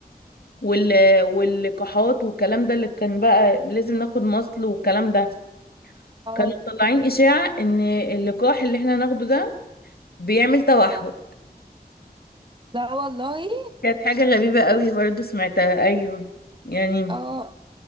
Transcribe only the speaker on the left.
وال... واللقاحات والكلام ده اللي كان بقى لازم ناخد مصل والكلام ده
كانوا مطلعين إشاعة إن اللقاح اللي احنا ناخده ده بيعمل توحد
كانت حاجة غريبة قوي برضو سمعتها أيوه يعني